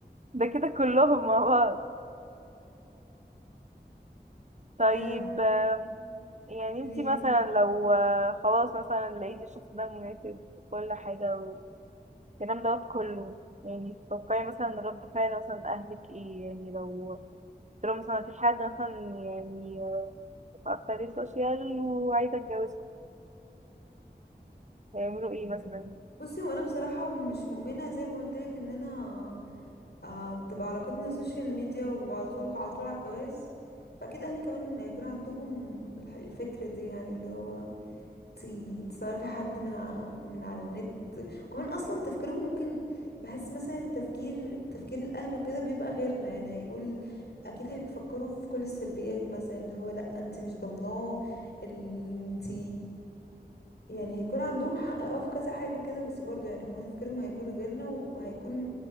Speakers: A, on the right; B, on the left.
A: ده كده كلهم مع بعض طيب
B: أم،
A: آه، يعني
B: قوليلي
A: انتي مثلا لو آه، خلاص مثلا لقيتي الشخص ده مناسب وكل حاجه والكلام دوت كله يعني تتوقعي مثلا رد فعل مثلا اهلك ايه يعني لو قلت لهم مثلا في حد مثلا يعني آه، اكتر سوشيال وعايزه اتجوزك هيعملوا ايه مثلا
B: بصي هو انا بصراحه مش مؤمنه زي ما قلت لك ان انا آه، تبقى علاقتنا سوشيال ميديا وعلى طول على طول على الجواز فاكيد اهلي كمان هيكون عندهم الح- الفكره دي يعني اللي هو انت انت تعرفي حد من ع- من على النت كمان اصلا تفكيرهم ممكن بحس مثلا التفكير تفكير الاهل وكده بيبقى غيرنا يعني هيقول اكيد هيفكروا في كل السلبيات مثلا اللي هو لا انت مش ضامناه ال- انت يعني هيكون عندهم حق اه في كذا حاجة كده بس برضو يعني هما تفكيرهم هيكون غيرنا وهيكون